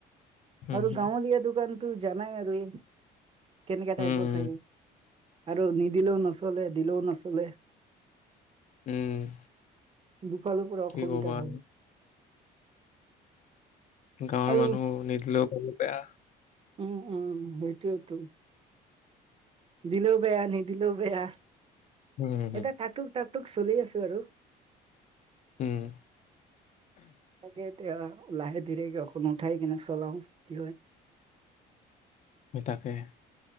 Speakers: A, on the left; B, on the right.
A: উম
B: আৰু
A: উম
B: গাৱলীয়া দোকানতো জানাই আৰু, কেনেকা
A: উম
B: টাইপৰ থাকে। আৰু নিদিলেও নচলে, দিলেও নচলে।
A: উম,
B: দুফালৰ পৰা
A: কি
B: অসুবিধা
A: ক'বা আৰু
B: হয়।
A: গাৱৰ
B: আৰু
A: মানুহ, নিদিলেও পাব বেয়া।
B: উম - উম সেইটোয়েইটো। দিলেও বেয়া, নিদিলেও বেয়া।
A: উম হুম, হুম,
B: এটা টাকটুক টাকটুক চলি আছো আৰু।
A: উম,
B: তাকে এতিয়া লাহে ধীৰেকে উঠাই কিনে চলাও, কি হয়।
A: সেই তাকেহে।